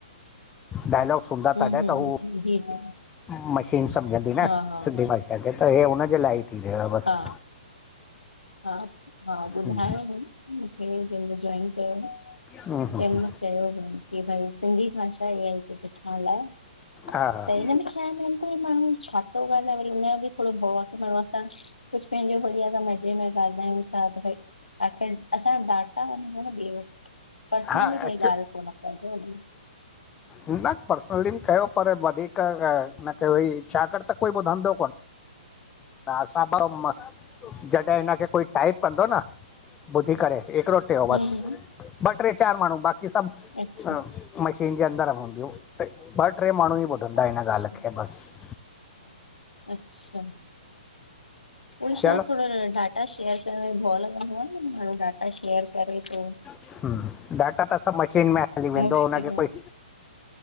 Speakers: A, on the left (about 15°); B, on the left (about 80°).
A: डायलॉग हूंदा
B: हम्म
A: तॾहिं त हूअ
B: हम्म जी जी
A: मशीन सम्झंदी न
B: हा हा
A: सिंधी भई। लॻे थो हे हुनजे लाइ ई थी रहियो आहे बसि
B: हा हा हा ॿुधायो
A: हम्म
B: मूंखे जंहिं मइल जॉइन कयो
A: हम्म हम्म
B: तहिं मइल चयो कि भई सिंधी भाषा इहा लिखण लाइ
A: हा हा
B: त ऐं हिन में कोई माण्हू छा थो ॻाल्हाए हुनजो बि वरी थोरो भउ आहे कि माण्हूं असां कुझु पंहिंजो बढिया तम में ॻाल्हायूं था भ आख़िर असांज डाटा वञे थो न िए वठि पर्सनली
A: हा
B: भई
A: एक्चु
B: ॻाल्हि कोन करंदो न
A: न पर्सनली बि कयो पर वधीक न क छाागर त कोई धंधो कोन। न असां पोइ जॾहिं हिनखे कोई टाइप कंदो न ॿुधी करे हिकिड़ो
B: में
A: बस ॿ टे चार माण्हू बाक़ी सभु
B: अच्छा
A: मशीन जे अंदरि हूंदियूं ॿ टे माण्हू ई ॿुधंदा हिन
B: अच्छा
A: ॻाल्हि खे बसि
B: अच्छा उई शायदि
A: चलो
B: थोरो डाटा शेयर करण में भओ लॻंदो आहे। माण्हू डाटा शेयर करे थो।
A: ह डाटा त सभु मशीन में हली वेंदो
B: मुश्किल
A: हुनखे
B: में,
A: कोई